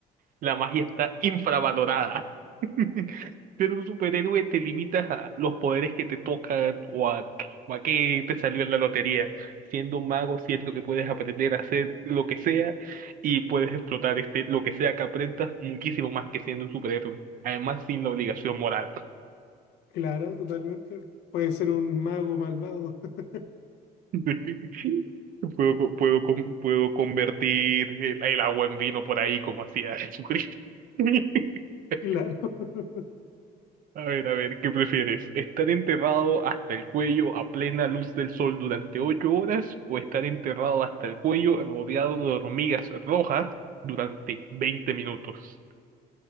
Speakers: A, on the right; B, on the left.
A: La magia está infravalorada. <laughs> Ser un superhéroe te limitas a los poderes que te tocan o a, o a qué te salió en la lotería. Siendo un mago, siento que puedes aprender a hacer lo que sea y puedes explotar este, lo que sea que aprendas muchísimo más que siendo un superhéroe. Además, sin la obligación moral.
B: Claro, totalmente. Puede ser un mago malvado. <laughs>
A: <laughs> Puedo, co- puedo, con- puedo convertir el, el agua en vino por ahí como hacía Jesucristo. <laughs>
B: Claro. <laughs>
A: A ver, a ver, ¿qué prefieres? ¿Estar enterrado hasta el cuello a plena luz del sol durante ocho horas o estar enterrado hasta el cuello rodeado de hormigas rojas durante 20 minutos?